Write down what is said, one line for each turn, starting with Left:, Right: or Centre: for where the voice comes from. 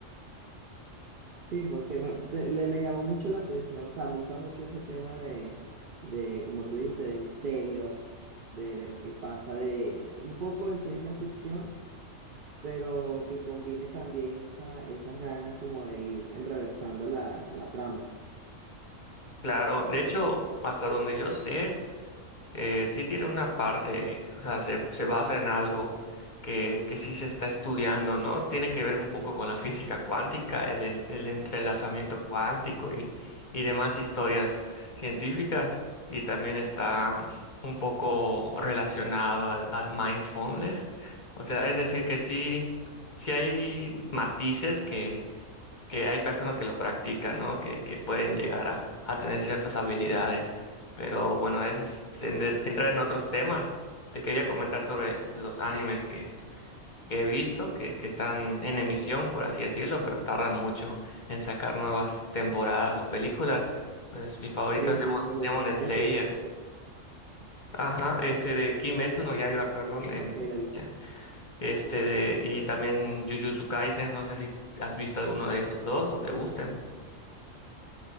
Right: Sí, porque me, de- le, me llamó mucho la atención, o sea, me gusta mucho ese tema de, de como tú dijiste, de misterio, de, ver qué pasa, de un poco de ciencia ficción, pero que combine también esa, esas ganas como de ir enreversando la, la trama.
Left: Claro, de hecho, hasta donde yo sé. Eh, sí tiene una parte, o sea, se, se basa en algo que, que sí se está estudiando, ¿no? Tiene que ver un poco con la física cuántica, el, en- el entrelazamiento cuántico y, y demás historias científicas. Y también está un poco relacionado al, al mindfulness. O sea, es decir, que sí, sí hay matices que hay personas que lo practican, ¿no? Que, que pueden llegar a, a tener ciertas habilidades. Pero bueno, eso es en- de- entrar en otros temas. Te quería comentar sobre los animes que, que he visto, que, que están en emisión, por así decirlo, pero tardan mucho en sacar nuevas temporadas o películas. Pues mi favorito
Right: Sí,
Left: es Demon,
Right: eso es
Left: Demon Slayer.
Right: interesante.
Left: Ajá, este de Kimetsu no Yaiba, perdón. en-
Right: Ok, la viste.
Left: ya. Este de, y también Jujutsu Kaisen, no sé si has visto alguno de esos dos o te gusten.